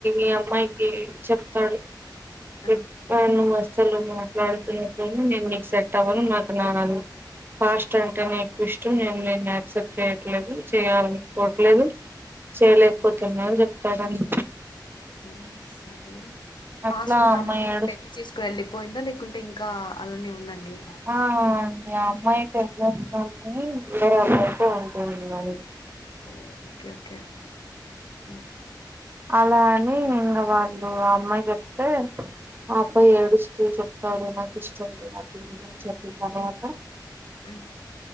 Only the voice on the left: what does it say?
ఆ
మ్మ్
ఆ సరే ఫాస్ట్
ఉన్న
అమ్మాయి
పెళ్లి చేసుకుని వెల్లిపోయిందా లేకుంటే ఇంకా అలానే ఉందండి
ఓ ఓకే ఓకే ఉమ్
ఉమ్